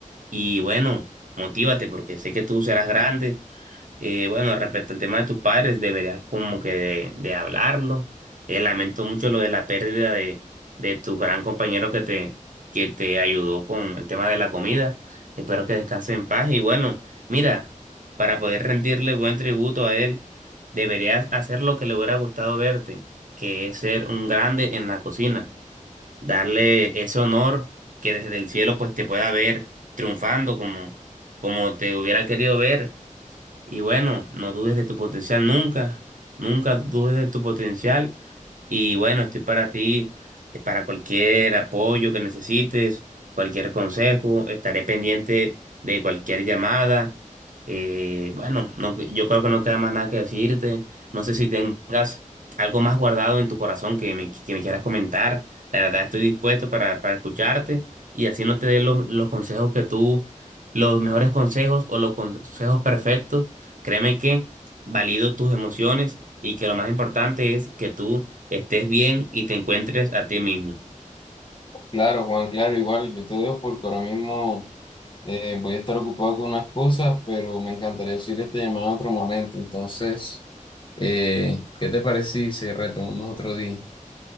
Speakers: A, on the right; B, on the left.
A: y bueno, motívate porque sé que tú serás grande eh, bueno, respecto al tema de tus padres, deberías como que de, de hablarlo. Eh, lamento mucho lo de la pérdida de, de tu gran compañero que te, que te ayudó con el tema de la comida. Espero que descanse en paz. Y bueno, mira, para poder rendirle buen tributo a él, deberías hacer lo que le hubiera gustado verte, que es ser un grande en la cocina. Darle ese honor que desde el cielo pues te pueda ver triunfando como, como te hubiera querido ver y bueno, no dudes de tu potencial nunca, nunca dudes de tu potencial. Y bueno, estoy para ti, eh, para cualquier apoyo que necesites, cualquier consejo, estaré pendiente de cualquier llamada. Eh, bueno, no, yo creo que no queda más nada que decirte. No sé si tengas algo más guardado en tu corazón que me, que me quieras comentar. La verdad, estoy dispuesto para, para escucharte y así no te dé los, los consejos que tú, los mejores consejos o los consejos perfectos Créeme que valido tus emociones y que lo más importante es que tú estés bien y te encuentres a ti mismo.
B: Claro, Juan, claro, igual yo te veo porque ahora mismo... Eh, voy a estar ocupado con unas cosas, pero me encantaría decir esta llamada en otro momento. Entonces, eh, ¿qué te parece si si retomamos otro día?